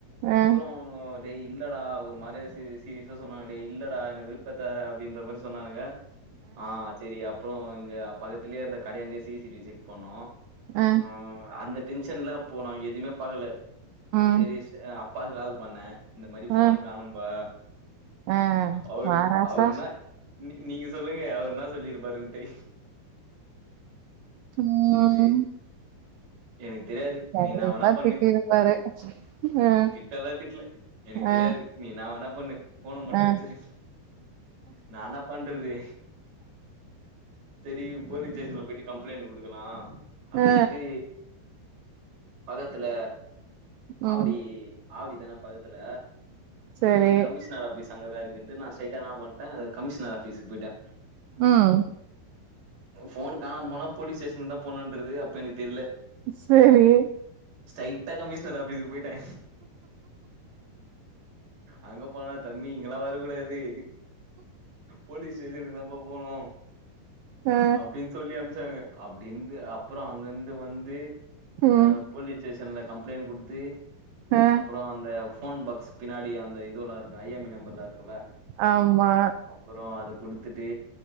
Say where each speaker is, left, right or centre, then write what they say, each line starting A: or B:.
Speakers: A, on the right (about 65°); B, on the right (about 85°).
A: அப்றோ
B: ஆ
A: அவனுங் கோ டே இல்லடா ஒரு மாரியா சீரியஸா சொன்னாங்க டே இல்லடா என்ன வெறுப்பேத்தாத அப்டின்ற மாரி சொன்னானுங்க ஆ சேரி அப்றோ இங்க பக்கத்திலயே இருந்த கடையாண்ட சிசிடிவி செக் பண்ணோ
B: ஆ
A: ம் அந்த டென்ஷன்லா அப்போ நாங்க எதுமே பாக்கல
B: ம்
A: செரி ஸ் அப்பாக்கு கால் பண்ணே இந்த மாரி ஃபோனு
B: ஆ
A: காணோப்பா
B: ஆ
A: அவரு
B: வாராசா
A: அவருனா நீ நீங்க சொல்லுங்க அவரு என்னா சொல்லிருப்பாருன்டு
B: ம்
A: ஒரே எனக்கு தெரியாது
B: கண்டிப்பா
A: நீ என்னா வேனா பண்ணு
B: திட்டிருப்பாரு ஆ
A: அ திட்டலா திட்டல எனக்கு தெரியாது
B: ஆ
A: நீ என்னா வேனா பண்ணு ஃபோன மட்டு
B: ஆ
A: வெச்சிரு நா என்ன பண்றது செரி போலீஸ் ஸ்டேஷன்ல போய்ட்டு கம்ப்ளைண்ட்டு குடுக்கலா அப்டின்ட்டு
B: ஆ
A: பக்கத்துல
B: ம்
A: ஆவடி ஆவடிதான பக்கத்துல
B: சரி
A: செரி கமிஷனர் ஆஃபிஸ் அங்கதா இருக்குன் நா ஸ்டெயிட்ட என்ன பண்ட்டே கமிஷனர் ஆஃபிஸ்க்கு போய்ட்டே
B: ம்
A: ஃபோனு காணாம போனா போலீஸ் ஸ்டேஷனுக்குதா போணுன்றது அப்ப எனக் தெர்ல
B: சரி
A: ஸ்டெய்ட்டா கமிஷனர் ஆஃபீஸ்ஸுக்கு போய்ட்டே அங்க போனா தம்பி இங்கெல்லா வர கூடாது போலீஸ் ஸ்டேஷனுக்குதாப்ப போனு
B: ஆ
A: அப்டின் சொல்லி அனுப்ச்சாங்க அப்டிந்து அப்புறோ அங்கந்து வந்து
B: ம்
A: ஆ போலீஸ் ஸ்டேஷன்ல கம்ப்ளைண்ட் குடுத்து
B: ஆ
A: அப்புறோ அந்த ஃபோன் பாக்ஸ் பின்னாடி அந்த இதுவுல்லா இருக்கு ஐ எம் ஐ நம்பர்லா இருக்குல
B: ஆமா
A: அப்புறோ அது குடுத்துட்டு